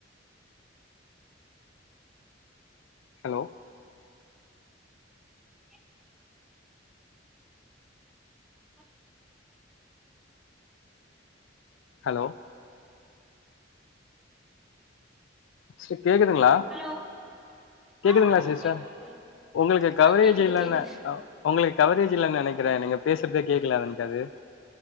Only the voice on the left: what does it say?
ஹலோ.
ஹலோ. ச கேக்குதுங்களா
கேக்குதுங்களா
சிஸ்டர்
உங்களுக்கு
கவரேஜ்
இல்ல
உங்களுக்கு கவரேஜ் இல்ல நெனைக்கிறே நீங்க பேசுறதே கேக்கல எனக்கு அது